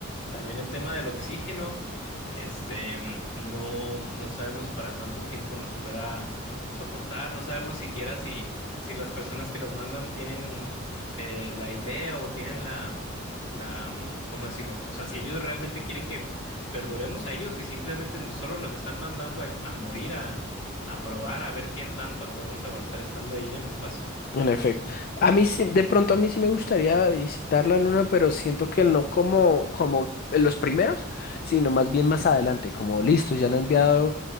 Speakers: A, on the left; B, on the left.
A: También el tema del oxígeno, este, no, no sabemos para cuánto tiempo nos pueda soportar, no sabemos siquiera si si las personas que nos mandan tienen eh, la idea o tienen la, la, mm, ¿cómo decirlo? O sea, si ellos realmente quieren que perduremos a ellos y simplemente n- solo nos están mandando a, a morir, a, a probar, a ver qué tanto podemos aguantar estando ahí en el espacio.
B: En efecto. A mí sí- de pronto a mí sí me gustaría visitar la luna, pero siento que no como, como los primeros, sino más bien más adelante, como listo, ya han enviado